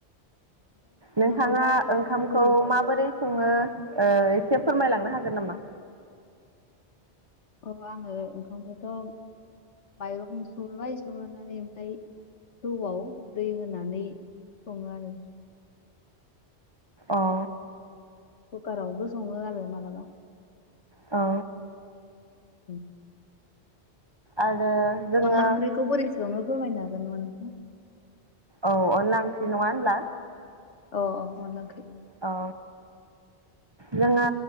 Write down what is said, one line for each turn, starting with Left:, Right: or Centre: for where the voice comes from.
Right: नोंथाङा
Left: अनला ओंख्रिखौ
Right: ओंखामखौ
Left: बोरै सङो
Right: माबोरै सङो ओ एसे फोरमायलांनो हागोन नामा
Left: औ आङो ओंखामखौथ' बाइरं सुरग्रोबाय सुरग्रोना इनिफाय थौआव दै होनानै सङो आरो
Right: औ
Left: कुकारावबो सङो आरो मालाबा
Right: औ
Left: <inaudible>
Right: आरो जोङो
Left: अनला <unintelligible> फोरमायनो हागोन नामा नोंथां <inaudible>
Right: औ अनला ओंख्रि नङा होनब्ला
Left: अ अ अनला ओंख्रि
Right: औ जोङो